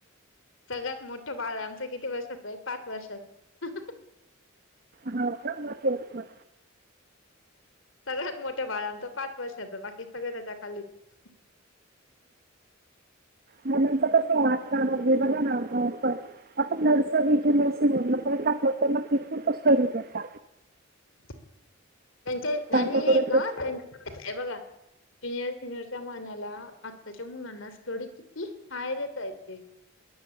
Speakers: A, on the left (about 65°); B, on the right (about 45°).
A: सगळ्यात मोठं बाळ आमचं किती वर्षलंय पाच वर्षाच
B: हा का म म
A: सगळ्यात मोठं बाळ आमचं पाच वर्षाच बाकी सगळे त्याच्या खालीच
B: ह म्हच कस वाट बघ ना आ नर्स नस टाकलं तर मग तथूचचरीात
A: त्यांचे
B: त्यांच्याकडे
A: आणि एक का
B: तो
A: त्यां बघा जुनियर सिनियरच्या मानाला आत्ताच्या मुलांना स्टडी किती ती हायरेतयेते